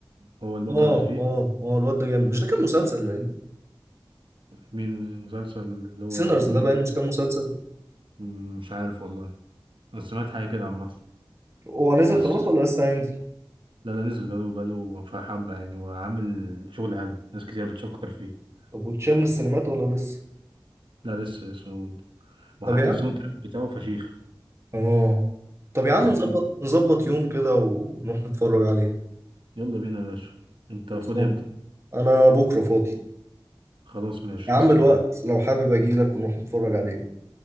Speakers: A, on the right; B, on the right.
A: هو البطل
B: اه
A: اللي فيه
B: اه اه الواد ده جامد مش ده كان مسلسل يعني
A: مين المسلسل اللي هو
B: سينرز
A: مين
B: ده بقى مش كان مسلسل
A: مم، مش عارف والله بس سمعت حاجة كده عامة
B: هو نزل
A: بس
B: خلاص ولا لسه هينزل
A: لا لا نزل بقاله بقاله في حبة يعني وعامل شغل حلو ناس كتير بتشكر فيه
B: طب وتشال من السينمات ولا لسه
A: لا لسه لسه موجود وحتى
B: طب يا عم
A: الساوند تراك بتاعه فشيخ
B: اه طب يا
A: لو
B: عم
A: بتحب
B: نظبط نظبط يوم كده ونروح نتفرج عليه
A: يلا بينا يا باشا انت
B: خلصان
A: فاضي امتى
B: انا بكره فاضي
A: خلاص ماشي
B: يا عم
A: هستناك
B: الوقت لو حابب اجي لك ونروح نتفرج عليه